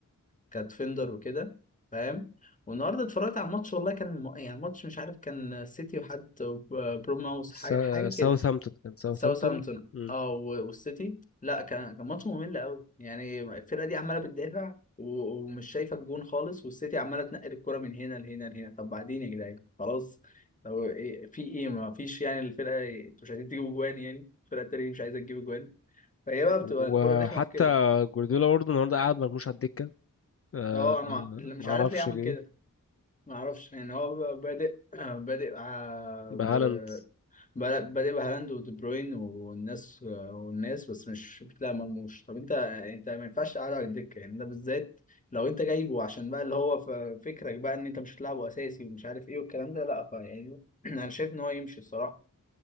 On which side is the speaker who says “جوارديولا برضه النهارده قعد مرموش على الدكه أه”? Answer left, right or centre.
Left